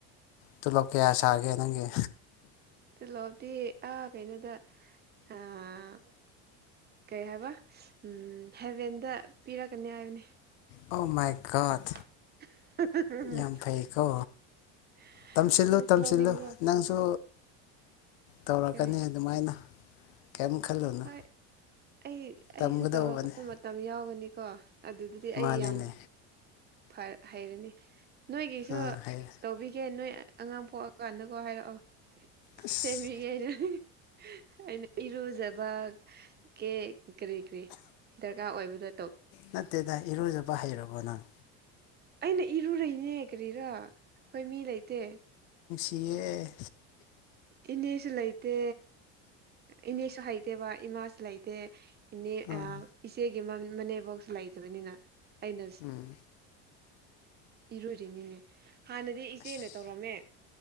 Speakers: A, on the left; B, on the right.
A: ꯇꯣꯂꯣꯞ ꯀꯌꯥ ꯁꯥꯒꯦ ꯅꯪꯒꯤ
B: ꯇꯤꯂꯣꯞꯇꯤ ꯑꯥ ꯀꯩꯅꯣꯗ ꯑꯥ ꯀꯩ ꯍꯥꯏꯕ ꯎꯝ ꯍꯦꯚꯦꯟꯗ ꯄꯤꯔꯛꯀꯅꯤ ꯍꯥꯏꯕꯅꯤ
A: ꯑꯣ ꯃꯥꯏ ꯒꯣꯠ
B: <unintelligible>
A: ꯌꯥꯝ ꯐꯩꯀꯣ ꯇꯝꯁꯤꯜꯂꯨ
B: ꯅꯪꯁꯨ
A: ꯇꯝꯁꯤꯜꯂꯨ
B: ꯂꯧꯅꯤꯡꯕ꯭ꯔꯥ
A: ꯅꯪꯁꯨ ꯇꯧꯔꯛꯀꯅꯤ
B: ꯀꯔꯤ
A: ꯑꯗꯨꯃꯥꯏꯅ ꯀꯩꯝ ꯈꯜꯂꯨꯅꯨ
B: ꯍꯣꯏ ꯑꯩ ꯑꯩꯁꯨ
A: ꯇꯝꯒꯗꯧꯕꯅꯤ
B: ꯇꯧꯔꯛꯄ ꯃꯇꯝ ꯌꯥꯎꯒꯅꯤꯀꯣ ꯑꯗꯨꯗꯨꯗꯤ ꯑꯩ
A: ꯃꯥꯅꯤꯅꯦ
B: ꯌꯥꯝ ꯐ ꯍꯩꯔꯅꯤ ꯅꯣꯏꯒꯤꯁꯨ
A: ꯑꯥ ꯍꯩ
B: ꯇꯧꯕꯤꯒꯦ ꯅꯣꯏ ꯑꯉꯥꯡ ꯄꯣꯛꯑꯀꯥꯟꯗꯀꯣ ꯍꯥꯏꯔꯛꯑꯣ
A: ꯑꯁ
B: ꯁꯦꯝꯕꯤꯒꯦ ꯑꯩꯅ ꯍꯩ ꯑꯩꯅ ꯏꯔꯨꯖꯕ ꯀꯦ ꯀꯔꯤ ꯀꯔꯤ ꯗ꯭ꯔꯀꯥꯔ ꯑꯣꯏꯕꯗꯣ
A: ꯅꯠꯇꯦꯗ ꯏꯔꯨꯖꯕ ꯍꯩꯔꯕꯣ ꯅꯪ
B: ꯑꯩꯅ ꯏꯔꯨꯔꯩꯅꯦ ꯀꯔꯤꯔꯥ ꯈꯣꯏ ꯃꯤ ꯂꯩꯇꯦ
A: ꯏꯌꯦ
B: ꯏꯅꯦꯁꯨ ꯂꯩꯇꯦ ꯏꯅꯦꯁꯨ ꯍꯩꯇꯦꯕ ꯏꯃꯥꯁꯨ ꯂꯩꯇꯦ ꯏꯅꯦ
A: ꯎꯝ
B: ꯑꯥ ꯏꯆꯦꯒꯤꯃꯝ ꯃꯅꯦꯕꯧꯁꯨ ꯂꯩꯇꯕꯅꯤꯅ ꯑꯩꯅ
A: ꯎꯝ
B: ꯏꯔꯣꯏꯔꯤꯅꯤꯅꯦ ꯍꯥꯟꯅꯗꯤ ꯏꯆꯦꯅ
A: ꯑꯁ
B: ꯇꯧꯔꯝꯃꯦ